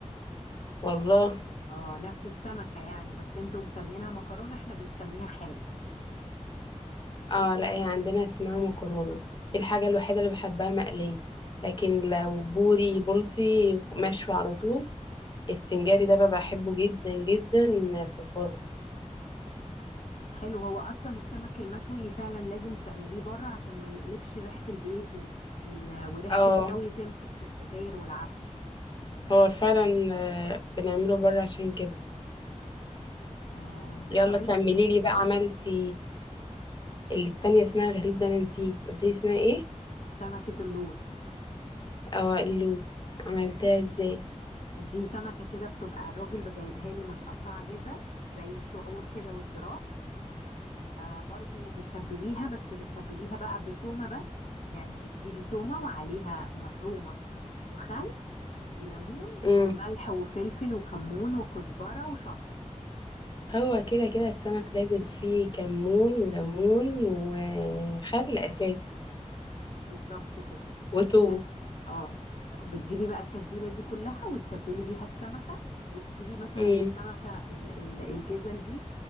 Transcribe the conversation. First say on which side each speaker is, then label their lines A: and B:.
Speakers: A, on the left; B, on the left.
A: والله
B: اه نفس السمكة يعني بس انتوا مسمينها مكرونة احنا بنسميها حارد
A: اه لا هي عندنا اسمها مكرونة دي الحاجة الوحيدة اللي بحبها مقلية لكن لو بوري بولتي مشوي على طول السنجاري ده بقى بحبه جدا جدا في الفرن
B: حلو هو اصلا السمك المشوي فعلا لازم تعمليه بره عشان ما يقلبش ريحة البيت و... وال... وريحة
A: اه
B: الشوي تمسك في الستاير والعفش
A: هو فعلا آه، بنعمله بره عشان كده
B: آه...
A: يلا
B: طب انت
A: كملي لي بقى عملتي اللي التانية اسمها غريب ده انا نسيت قلت لي اسمها ايه
B: سمكة اللوط
A: اه اللي عملتها ازاي
B: دي سمكة كده بتبقى الراجل جايبها لي متقطعة جزل زي الشعور كده والدراك آه برضو بتتبليها بس بتتبليها بقى بتومة بس يعني بتجيبي تومة وعليها مفرومة وخل وليمون
A: امم
B: وملح وفلفل وكمون وكزبرة وشط
A: هو كده كده السمك لازم فيه كمون وليمون وخل اساسي
B: بالظبط كده
A: وتو
B: اه آه. بتجيبي بقى التتبيلة دي كلها وتتبلي بيها السمكة وتسيبي مثلا
A: امم
B: السمكة ال- ال- الجزل دي